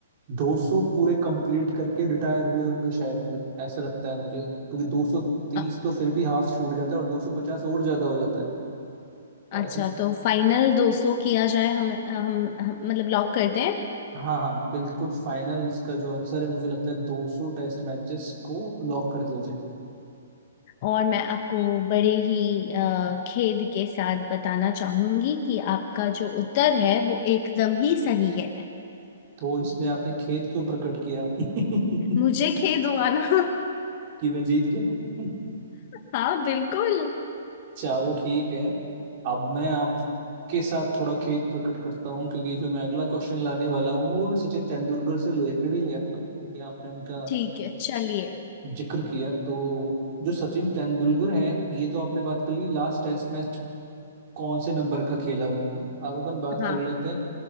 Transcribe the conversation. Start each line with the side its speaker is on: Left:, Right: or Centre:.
Right: 200 पूरे कंप्लीट करके रिटायर हुए होंगे शायद वो ऐसा लगता है मुझे क्योंकि 230
Left: अ-
Right: तो फिर भी हाफ छूट जाता है और 250 और ज्यादा हो जाता है तो
Left: अच्छा
Right: आई थिंक
Left: तो फाइनल 200 किया जाए हम हम, हम मतलब लॉक करते हैं
Right: हाँ हाँ बिल्कुल फाइनल इसका जो आंसर है मुझे लगता है 200 टेस्ट मैचेस को लॉक कर दिया जाए
Left: और मैं आपको बड़े ही अ, खेद के साथ बताना चाहूंगी कि आपका जो उत्तर है वो एकदम ही सही है
Right: तो इसमें आपने खेद क्यों प्रकट किया <laughs>
Left: मुझे खेद हुआ ना <laughs>
Right: कि मैं जीत गया
Left: हाँ बिल्कुल
Right: चलो ठीक है अब मैं आपके साथ थोड़ा खेद प्रकट करता हूँ क्योंकि जो मैं अगला क्वेश्चन लाने वाला हूँ वो मैं सचिन तेंदुलकर से रिलेटेड ही ले आता हूँ क्योंकि आपने उनका
Left: ठीक है चलिए
Right: जिक्र किया तो जो सचिन तेंदुलकर है ये तो आपने बात कर ली लास्ट टेस्ट मैच कौन से नंबर का खेला उन्होंने अब अपन बात
Left: हाँ
Right: कर लेते हैं